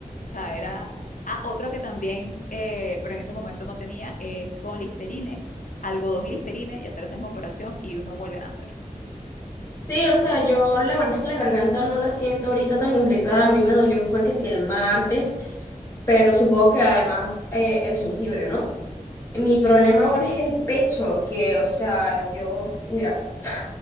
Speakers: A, on the left (about 70°); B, on the left (about 20°).
A: sea, era... Ah, otro que también, eh, pero en ese momento no tenía, es con Listerine, algodón y Listerine y hacer esa misma operación y uno vuelve a nacer.
B: Sí, o sea, yo la verdad es que la garganta no la siento ahorita tan irritada. A mí me dolió fue que sí el martes, pero supongo que además eh, el jengibre, ¿no? Mi problema ahora es el pecho, que, o sea, yo, mira, o